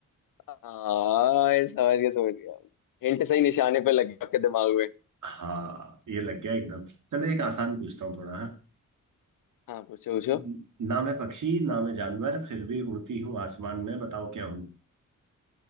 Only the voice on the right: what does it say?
<laughs> हाँ ये लग गया एकदम चलो एक आसान पूछता हूँ थोड़ा हाँ
हम्म। ना मैं पक्षी ना मैं जानवर फिर भी उड़ती हूँ आसमान में बताओ क्या हूँ